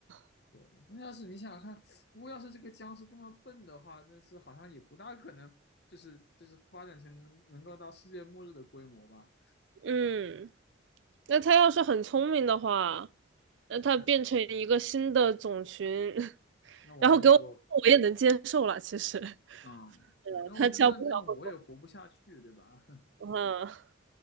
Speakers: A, on the right; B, on the left.
A: <laughs>
B: 对，那要是你想想看，不过要是这个僵尸这么笨的话，那是好像也不大可能，就是就是发展成能能够到世界末日的规模吧。
A: 嗯，那他要是很聪明的话，那他变成一个新的种群，
B: 那
A: <laughs>
B: 那我觉得我
A: 然后给我，我也能接受了。其实，
B: 嗯，
A: 呃他教不了我，
B: 对，那我觉得那这样我也活不下去，对吧？
A: 嗯。